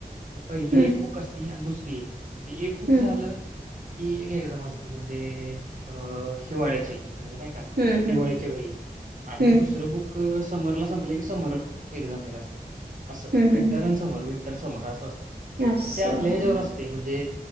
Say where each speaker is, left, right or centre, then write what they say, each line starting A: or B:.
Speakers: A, on the right; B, on the right.
A: ते पहिली
B: हम्म
A: एक बुक असती आणि दुसरी एक ते एक बुक
B: हम्म
A: झालं की एक. एक जाम असती म्हणजे अ हिवाळ्याची. म्हणजे नाही का
B: हम्म
A: दिवाळीच्या
B: हम्म
A: वेळी आणि
B: हम्म
A: मग दुसरं बुक समरला संपलं की. समर अस अस
B: हम्म
A: विंटर
B: हम्म
A: आणि समर विंटर समर अस असतंय.
B: हम्म असं
A: ते आपल्या
B: हा
A: ह्याच्यावर असते म्हणजे